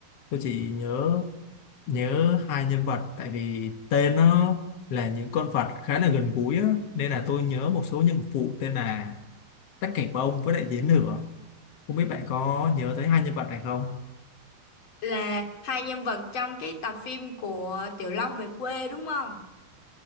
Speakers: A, on the left; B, on the left.
A: tôi chỉ nhớ nhớ hai nhân vật tại vì tên nó là những con vật khá là gần gũi á, nên là tôi nhớ một số nhân vật phụ tên là Tắc Cảnh Bông với lại Dế Nửa không biết bạn có nhớ tới hai nhân vật này không
B: là hai nhân vật trong cái tập phim của Tiểu Long về quê đúng không?